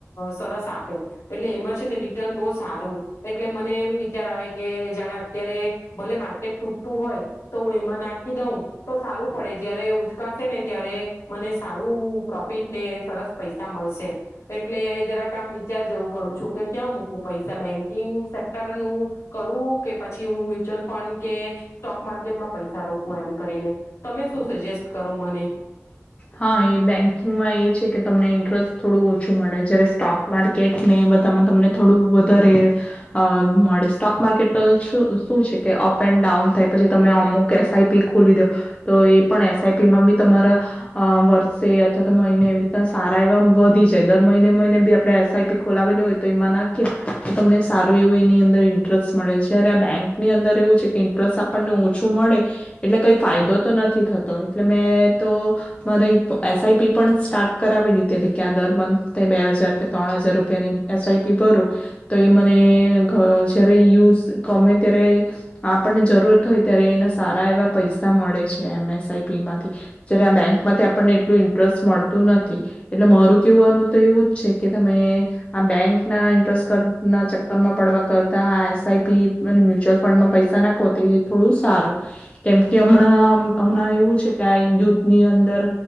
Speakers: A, on the left; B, on the left.
A: સરસ આપે એટલે એમાં છે ને રિટર્ન બહુ સારું એટલે મને એમ વિચાર આવે કે જાણે અત્યારે ભલે માર્કેટ તૂટતું હોય. તો હું એમાં નાખી દઉં તો સારું પડે જયારે ઉચકાશે ને ત્યારે મને સારું પ્રોફિટ ને સરસ પૈસા મળશે એટલે જરાક આમ વિચાર જેવું કરું છું કે ક્યા મૂકું પૈસા બેન્કિંગ સેક્ટર નું કરું કે પછી હું મ્યુચ્યુઅલ ફંડ કે સ્ટોક માર્કેટમાં પૈસા રોકું એમ કરીને તમે શું સજેસ્ટ કરો મને.
B: હા એ બેંકિંગમાં એ છે કે તમને ઇન્ટરેસ્ટ થોડું ઓછું મળે જયારે સ્ટોક માર્કેટ ને એ બધામાં તમને થોડું વધારે આ મળે સ્ટોક માર્કેટ શું છે કે અપ એન્ડ ડાઉન થાય પછી તમે અમુક એસઆઈપી ખોલી દો તો એ પણ એસઆઈપીમાં બી તમારા અ વર્ષે અથવા તો મહિને એ રીતના સારા એવા વધી જાય દર મહિને મહિને બી આપણે એસ આઈ પી ખોલાવેલી હોય તો એમાં નાખીએ તો તમને સારું એવું એની અંદર ઇન્ટરેસ્ટ મળે જયારે આ બેંકની અંદર એવું છે કે ઇન્ટરેસ્ટ આપણને ઓછું મળે એટલે કઈ ફાયદો તો નથી થતો એટલે મેં તો મને એસ આઈ પી પણ સ્ટાર્ટ કરાવી દીધેલી કે આ દર મંથ બે હજાર કે ત્રણ હજાર રૂપિયાની એસ આઈ પી ભરું તો એ મને જય્યારે યુઝ ગમે ત્યારે આપણને જરૂરત હોય ત્યારે એના સારા એવા પૈસા મળે છે એમ એસ આઈ પી માંથી જયારે આ બેંક માંથી આપણને એટલું ઇન્ટરેસ્ટ મળતું નથી એટલે મારું કેહેવુંવાનું તો એવું જ છે કે તમે આ બેંકના ઇન્ટરેસ્ટના ચક્કરમાં પડવા કરતા આ એસ આઈ પી અને મ્યુચ્યુઅલ ફંડમાં પૈસા નાખો તે એ થોડું સારું કેમકે હમણાં હમણાં એવું છે કે આ યુદ્ધની અંદર